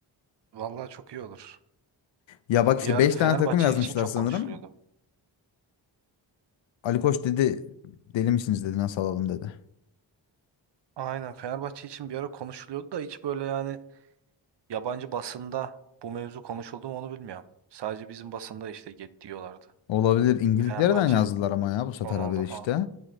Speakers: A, on the right; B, on the left.
A: Vallahi çok iyi olur.
B: Ya bak
A: Bir
B: işte
A: ara
B: 5
A: Fenerbahçe
B: tane takım yazmışlar
A: için çok
B: sanırım.
A: konuşuluyordu.
B: Ali Koç dedi deli misiniz dedi nasıl alalım dedi.
A: Aynen Fenerbahçe için bir ara konuşuluyordu da hiç böyle yani yabancı basında bu mevzu konuşuldu mu onu bilmiyorum. Sadece bizim basında işte get diyorlardı.
B: Olabilir. İngiltere'den
A: Fenerbahçe,
B: yazdılar ama ya bu sefer
A: Ronaldo
B: haberi
A: falan.
B: işte.